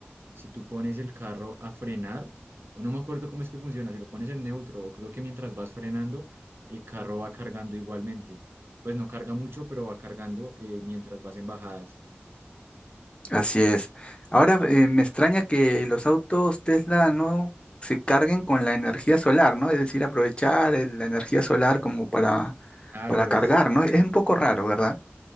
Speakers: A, on the right; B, on the left.
A: si tú pones el carro a frenar, o no me acuerdo cómo es que funciona, si lo pones en neutro o creo que mientras vas frenando, el carro va cargando igualmente. Pues no carga mucho, pero va cargando eh, mientras vas en bajadas.
B: Así es. Ahora eh, me extraña que los autos Tesla no se carguen con la energía solar, ¿no? Es decir, aprovechar el- la energía solar como para,
A: Claro,
B: para cargar,
A: es
B: ¿no? Es un poco raro, ¿verdad?